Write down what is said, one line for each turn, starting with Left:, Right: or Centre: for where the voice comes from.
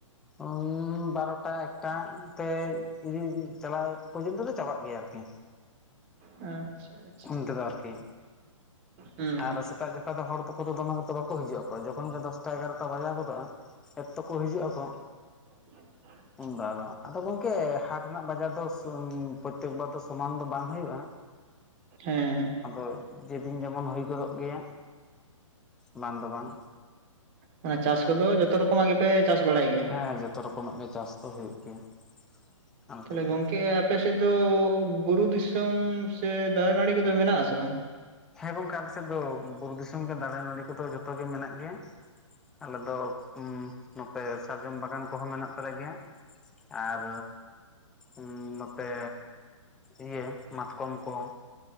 Centre: ᱩᱸ ᱵᱟᱨᱚ ᱴᱟ ᱮᱠᱴᱟ ᱛᱮ ᱡᱩᱫᱤ ᱤᱸ ᱪᱟᱞᱟᱣᱼᱼ ᱯᱚᱨᱡᱚᱱᱛᱚ ᱛᱮ ᱫᱚ ᱪᱟᱵᱟᱜ ᱜᱮᱭᱟ ᱟᱨ ᱠᱤ᱾
Right: ᱟᱪᱪᱷᱟ᱾ ᱟᱪᱪᱷᱟ
Centre: ᱩᱱ ᱛᱮᱫᱚ ᱟᱨᱠᱤ
Right: ᱦᱩᱸ
Centre: ᱟᱨ
Right: ᱦᱩᱸ
Centre: ᱥᱮᱛᱟᱜ ᱡᱚᱠᱼᱼ ᱚᱱᱠᱟ ᱫᱚ ᱦᱚᱲ ᱛᱚᱠᱚ ᱫᱚᱢᱮ ᱠᱚᱫᱚ ᱵᱟᱠᱚ ᱦᱤᱡᱩᱜ-ᱟ ᱠᱚ ᱡᱚᱠᱷᱚᱱ ᱜᱮ ᱫᱚᱥᱴᱟ ᱮᱜᱟᱨᱚ ᱴᱟ ᱵᱟᱡᱟᱣ ᱜᱚᱫᱚᱜ-ᱟ᱾ ᱮᱛ ᱛᱚ ᱠᱚ ᱦᱤᱡᱩᱜ-ᱟ ᱠᱚᱼᱼ
Right: <inaudible>
Centre: ᱩᱱ ᱫᱚ ᱟᱫᱚ ᱟᱫᱚ ᱜᱚᱝᱠᱮ ᱦᱟᱴ ᱨᱮᱱᱟᱜ ᱵᱟᱡᱟᱨ ᱫᱚ ᱥᱚᱢ ᱯᱨᱚᱛᱮᱠ ᱵᱟᱨ ᱫᱚ ᱥᱚᱢᱟᱱ ᱫᱚ ᱵᱟᱝ ᱦᱩᱭᱩᱜ-ᱟ᱾
Right: ᱦᱮᱸ ᱦᱮᱸ᱾
Centre: ᱟᱫᱚ ᱡᱮ ᱫᱤᱱ ᱡᱮᱢᱚᱱ ᱦᱩᱭ ᱜᱚᱫᱚᱜ ᱜᱮᱭᱟ ᱵᱟᱝ ᱫᱚ ᱵᱟᱝ᱾
Right: ᱢᱟᱱᱮ ᱪᱟᱥ ᱠᱚᱫᱚ ᱡᱚᱛᱚ ᱨᱚᱠᱚᱢᱟᱜ ᱜᱤᱼᱼ ᱯᱮ ᱪᱟᱥ ᱵᱟᱲᱟᱭ ᱜᱮᱭᱟ?
Centre: ᱦᱮᱸ ᱡᱚᱛᱚ ᱨᱚᱠᱚᱢᱟᱜ ᱜᱮ ᱪᱟᱥ ᱫᱚ ᱦᱚᱭᱚᱜ ᱜᱮᱭᱟ᱾ ᱟᱞᱮ
Right: ᱛᱟᱦᱞᱮ
Centre: ᱥᱮᱫ
Right: ᱜᱚᱝᱠᱮ
Centre: ᱫᱚ
Right: ᱟᱯᱮ ᱥᱮᱜ ᱫᱚ ᱵᱩᱨᱩ ᱫᱤᱥᱚᱢ ᱥᱮ ᱫᱟᱨᱮ ᱱᱟᱲᱤ ᱠᱚᱫᱚ ᱢᱮᱱᱟᱜ-ᱟ ᱥᱮ ᱵᱟᱝ?
Centre: ᱦᱮᱸ ᱜᱚᱝᱠᱮ ᱟᱞᱮ ᱥᱮᱫ ᱫᱚ ᱵᱩᱨᱩ ᱫᱤᱥᱚᱢ ᱜᱮ ᱫᱟᱲᱮ ᱱᱟᱹᱲᱤ ᱠᱚᱫᱚ ᱡᱚᱛᱚ ᱜᱮ ᱢᱮᱱᱟᱜ ᱜᱮᱭᱟ᱾ ᱟᱞᱮ ᱫᱚ ᱩᱸ ᱱᱚᱛᱮ ᱥᱟᱨᱡᱚᱢ ᱵᱟᱜᱟᱱ ᱠᱚᱦᱚᱸ ᱢᱮᱱᱟᱜ ᱛᱟᱞᱮ ᱜᱮᱭᱟ᱾ ᱟᱨ ᱩᱸᱢ‌ ᱱᱚᱛᱮᱼᱼ ᱤᱭᱟᱹ ᱢᱟᱛᱠᱚᱢ ᱠᱚ